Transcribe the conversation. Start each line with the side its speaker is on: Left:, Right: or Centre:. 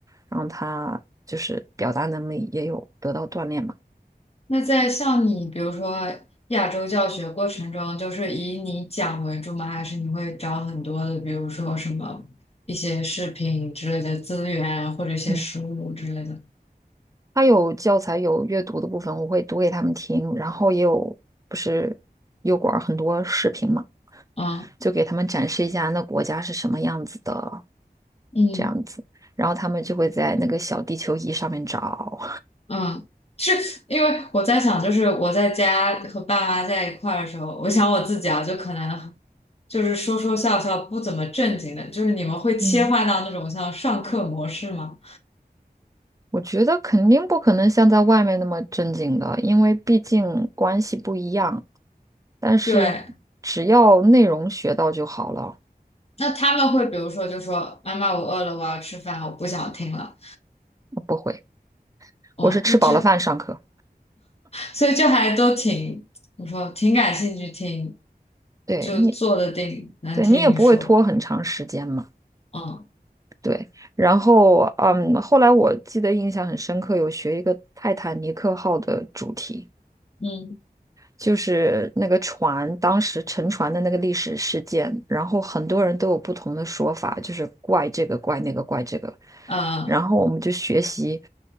Right: 然后他就是表达能力也有得到锻炼嘛。
Left: 那在像你，比如说亚洲教学过程中，就是以你讲为主吗？还是你会找很多的，比如说什么一些视频之类的资源，或者一些书之类的？
Right: 嗯，他有教材有阅读的部分，我会读给他们听，然后也有不是油管儿很多视频嘛，
Left: 嗯
Right: 就给他们展示一下那国家是什么样子的
Left: 嗯
Right: 这样子，然后他们就会在那个小地球仪上面找。
Left: 嗯，是因为我在想，就是我在家和爸妈在一块儿的时候，我想我自己啊，就可能就是说说笑笑，不怎么正经的，就是你们会切换到那种像上课模式吗？
Right: <laughs> 嗯。我觉得肯定不可能像在外面那么正经的，因为毕竟关系不一样。但是只要内容学到就好了，
Left: 对，那他们会比如说就说妈妈我饿了，我要吃饭，我不想听了。
Right: 我不会，
Left: 哦，
Right: 我是吃饱了饭上课。
Left: 那这所以就还都挺，我说挺感兴趣，听，
Right: 对你，
Left: 就坐得定，能听你说。
Right: 对你也不会拖很长时间嘛。
Left: 嗯
Right: 对，然后嗯，后来我记得印象很深刻，有学一个泰坦尼克号的主题。
Left: 嗯
Right: 就是那个船当时沉船的那个历史事件，然后很多人都有不同的说法，就是怪这个怪那个怪这个，
Left: 呃
Right: 然后我们就学习，